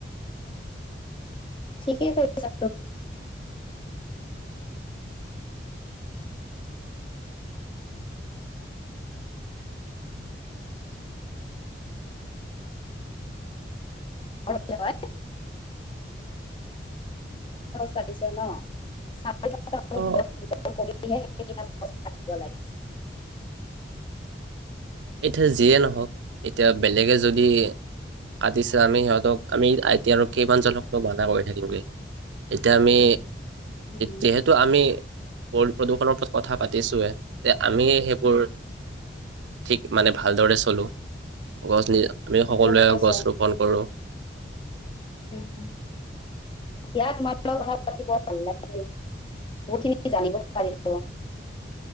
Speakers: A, on the left; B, on the right.
A: ঠিকেই কৰিছা <unintelligible> কাটিছে ন <unintelligible> <unintelligible>
B: অ এতিয়া যিয়ে নহওক এতিয়া বেলেগে যদি কাটিছে, আমি সিহঁতক আমি এতিয়া আৰু কিমানজনক মানা কৰি থাকিমগৈ। এতিয়া আমি
A: উম,
B: যিহেতু আমি হ'ল্ড প্ৰদূষণৰ ওপ কথা পাতিছোৱে। যে আমি সেইবোৰ ঠিক মানে ভালদৰে চলো। গছ আমি
A: ঠিকে
B: সকলোৱে
A: কৈছা
B: গছ ৰোপন কৰো।
A: উম। দিয়া তোমাৰ লগত কথা পাতি বৰ ভাল লাগিল। বহুতখিনি জানিব পাৰিলো।